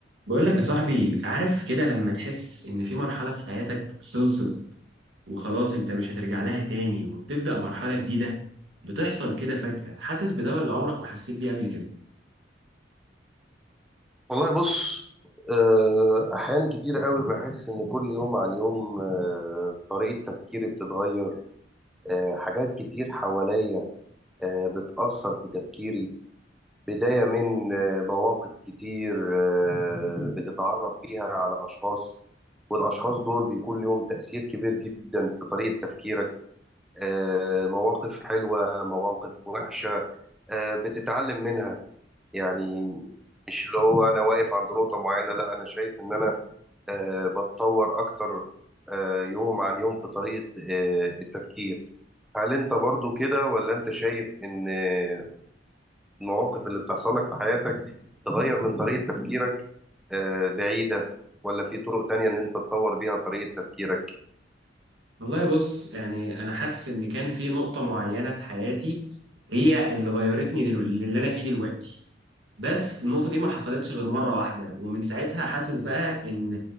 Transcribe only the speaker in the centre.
والله بص آه، أحيان كتير قوي بحس إن كل يوم عن يوم آه، طريقة تفكيري بتتغير آه، حاجات كتير حواليا آه، بتأثر في تفكيري بداية من آه، مواقف كتير آه، بتتعرف فيها على أشخاص والأشخاص دول بيكون لهم تأثير كبير جدا في طريقة تفكيرك آه، مواقف حلوة مواقف وحشة آه، بتتعلم منها يعني مش اللي هو أنا واقف عند نقطة معينة لا أنا شايف إن أنا آه، بتطور أكتر آه، يوم عن يوم في طريقة آه، التفكير هل أنت برضو كده ولا أنت شايف إن آه، المواقف اللي بتحصل لك في حياتك تغير من طريقة تفكيرك آه، بعيدة ولا في طرق تانية إن أنت تطور بيها طريقة تفكيرك